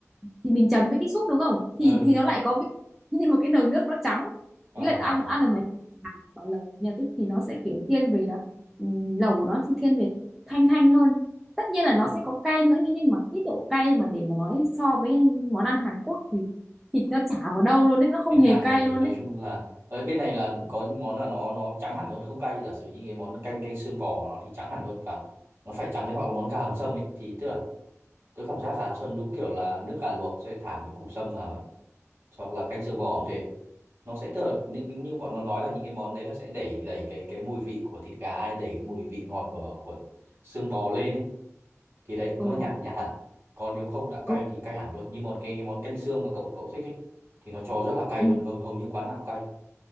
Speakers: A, in the centre; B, on the right (about 50°).
A: thì mình chấm với cái súp đúng không
B: ừ
A: thì thì nó lại có vị <laughs> nhưng mà cái nồi nước nó trắng
B: à,
A: ý là ăn ăn được mấy hàng mà lẩu nhà tích thì nó sẽ kiểu thiên về là ừm, lẩu của nó sẽ thiên về thanh thanh hơn tất nhiên là nó sẽ có cay nữa nhưng nhưng mà cái độ cay mà để mà nói so với món ăn Hàn Quốc thì thịt nó chả vào đâu luôn đấy nó không
B: bên
A: hề
B: Hàn
A: cay
B: này
A: luôn
B: nói
A: đấy
B: chung là ở bên này là có những món là nó nó trắng hẳn luôn không cay giả sử như cái món canh canh xương bò nó thì trắng hẳn luôn và nó phải trắng thế hoặc là món gà hầm sâm ấy thì tức là tôi cảm giác gà hầm sâm đúng kiểu là nước gà luộc sẽ thả mấy củ sâm vào ấy. hoặc là canh xương bò cũng thế nó sẽ tựa như, như bọn nó nói là những cái món đấy là sẽ đẩy đẩy cái cái mùi vị của thịt gà hay đẩy cái mùi vị ngọt của của xương bò lên ấy thì đấy nếu
A: ừ,
B: mà nhạt thì nhạt hẳn còn nếu không đã
A: ừ,
B: cay thì cay hẳn luôn như một cái cái món canh xương mà cậu cậu thích ấy thì nó cho rất là cay
A: ừ.
B: luôn gần hầu như quán nào cũng cay